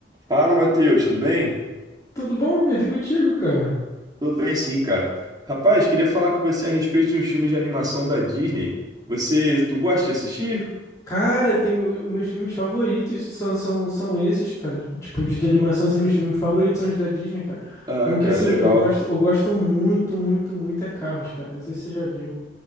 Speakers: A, on the right (about 25°); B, on the left (about 20°).
A: Fala, Matheus, tudo bem?
B: Tudo bom, Vitor? E Contigo, cara?
A: Tudo bem, sim, cara. Rapaz, queria falar com você a respeito de uns filmes de animação da Disney. Você, tu gosta de assistir?
B: Cara, tem o- os meus filmes favoritos são, são, são esses, cara. Tipo, de, de animação, assim, meus filmes favoritos são os da Disney, cara.
A: Ah,
B: Um que,
A: cara,
B: assim,
A: legal.
B: eu gosto, eu gosto muito, muito, muito é Carros, cara. Não sei se você já viu.